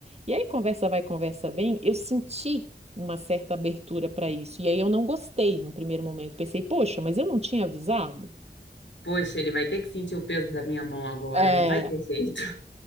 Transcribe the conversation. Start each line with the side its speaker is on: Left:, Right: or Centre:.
Right: E aí, conversa vai, conversa vem, eu senti uma certa abertura para isso. E aí, eu não gostei num primeiro momento. Pensei, poxa, mas eu não tinha avisado?
Left: Poxa, ele vai ter que sentir o peso da minha mão agora,
Right: É.
Left: não vai ter jeito. <laughs>